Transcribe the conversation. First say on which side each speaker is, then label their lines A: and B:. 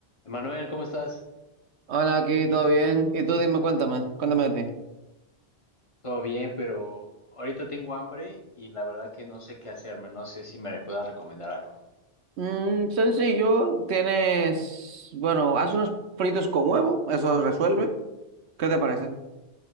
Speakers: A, on the left; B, on the right.
A: Emanuel, ¿cómo estás?
B: Hola, aquí todo bien. Y tú dime, cuéntame, cuéntame de ti.
A: Todo bien, pero ahorita tengo hambre y la verdad que no sé qué hacerme, no sé si me puedas recomendar algo.
B: Mm, sencillo, tienes, bueno, haz unos fritos con huevo, eso resuelve. ¿Qué te parece?